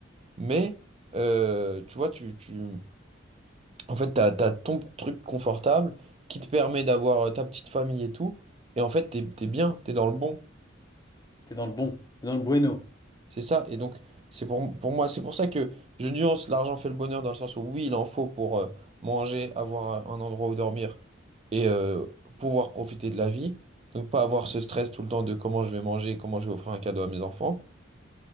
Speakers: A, on the right; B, on the left.
A: mais euh, tu vois, tu, tu, en fait, tu as, ton truc confortable qui te permet d'avoir euh, ta petite famille et tout, et en fait, tu es bien, tu es dans le bon.
B: T'es dans le bon. T'es dans le bueno.
A: C'est ça, et donc c'est pour, pour moi, c'est pour ça que je nuance l'argent fait le bonheur dans le sens où oui, il en faut pour euh, manger, avoir euh, un endroit où dormir et euh, pouvoir profiter de la vie. Donc pas avoir ce stress tout le temps de comment je vais manger, comment je vais offrir un cadeau à mes enfants.